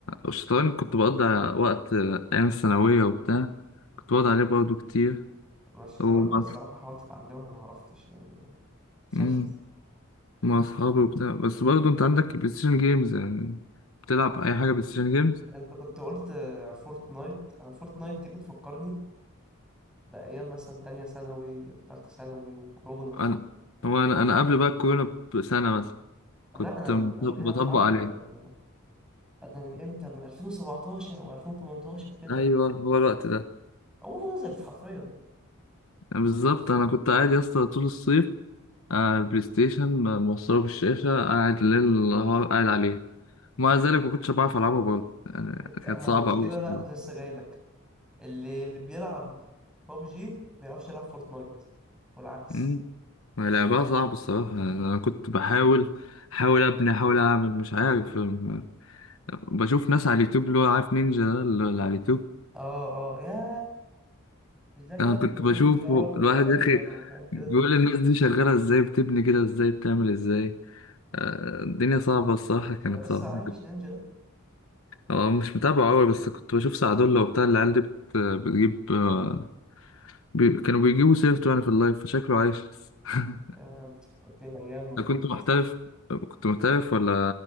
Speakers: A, on the left; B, in the centre.
A: الشطرنج كنت بقضي وقت أيام الثانوية وبتاع كنت بقعد عليه برضو كتير
B: أنا الشطرنج
A: ومع
B: الصراحة حاولت أتعلمها ما عرفتش يعني فشلت
A: مم. مع أصحابي وبتاع بس برضو أنت عندك بلاي ستيشن جيمز يعني بتلعب أي حاجة بلاي ستيشن جيمز؟
B: أنت كنت قلت آه، فورتنايت أنا فورتنايت دي بتفكرني بأيام مثلا تانية ثانوي وتالتة ثانوي وكورونا
A: أنا هو أنا أنا قبل بقى الكورونا بسنة مثلا
B: لا
A: كنت
B: أنا
A: بط-
B: من قبلها
A: بطبق
B: بحبة
A: عليه
B: أنا أنا من إمتى من 2017 أو 2018 كده
A: أيوه هو الوقت ده
B: هو نزلت حرفيا
A: يعني بالظبط أنا كنت قاعد يا اسطى طول الصيف آه بلاي ستيشن موصله بالشاشة قاعد ليل نهار قاعد عليه ومع ذلك ما كنتش بعرف ألعبها برضه يعني
B: انت
A: كانت
B: اما
A: صعبة
B: المشكله
A: أوي الصراحة
B: بقى كنت لسه جاي لك اللي اللي بيلعب بابجي ما يعرفش يلعب فورتنايت والعكس
A: أمم. لعبها صعب الصراحة يعني أنا كنت بحاول أحاول أبني أحاول أعمل مش عارف أم- بشوف ناس على اليوتيوب اللي هو عارف نينجا ده اللي على اليوتيوب
B: اه اه يا مش ده الولد
A: أنا كنت
B: اللي كان بيصبغ
A: بشوفه
B: شعره
A: الواحد
B: اخضر
A: يا أخي
B: وحاجات كده
A: بيقول الناس دي شغالة إزاي بتبني كده إزاي بتعمل إزاي آه، الدنيا صعبة الصراحة كانت
B: هو لسه
A: صعبة
B: عايش نينجا ده
A: اه مش متابعه قوي بس كنت بشوف سعدولة وبتاع العيال دي بت... بتجيب آه، بي... كانوا بيجيبوا سيرته يعني في اللايف فشكله عايش لسه <laughs>
B: يا انت فكرتني ايام ما كنت-
A: أنا كنت محترف كنت محترف ولا